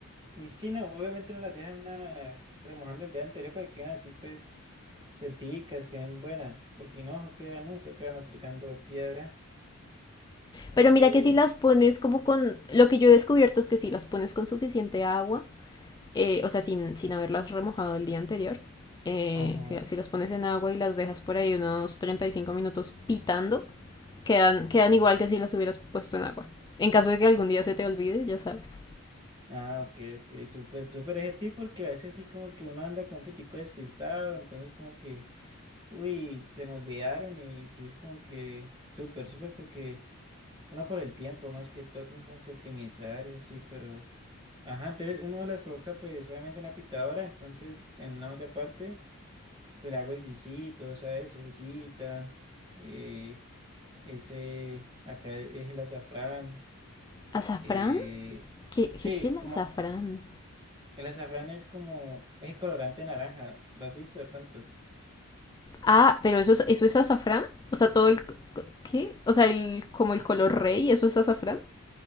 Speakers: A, on the right; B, on the left.
A: Y sí, no, obviamente uno las deja en una, remojando el día anterior para que queden así, pues, suelticas, queden buenas, porque no, queda, no, eso queda masticando piedra. Entonces,
B: Pero mira que si las pones como con, lo que yo he descubierto es que si las pones con suficiente agua, eh, o sea, sin, sin haberlas remojado el día anterior. eh,
A: ajá.
B: si, si las pones en agua y las dejas por ahí unos 35 minutos pitando, quedan, quedan igual que si las hubieras puesto en agua. En caso de que algún día se te olvide, ya sabes.
A: Ah, ok, ok, súper, súper ese tip porque a veces sí como que uno anda como un pitico despistado, entonces como que, uy, se me olvidaron y sí es como que súper, súper porque uno por el tiempo más que todo tiene como que optimizar y así, pero, ajá, entonces uno las coloca pues obviamente en la pitadora, entonces en una olla aparte, pues le hago el guisito, ¿sabes? Cebollita, eh, ese, acá es el azafrán,
B: ¿Azafrán?
A: eh,
B: ¿Qué, qué
A: sí,
B: es el
A: como...
B: azafrán?
A: El azafrán es como, es colorante naranja, ¿lo has visto de pronto?
B: Ah, pero eso es, eso es azafrán. O sea, todo el... ¿Qué? O sea, el, como el color rey, ¿eso es azafrán?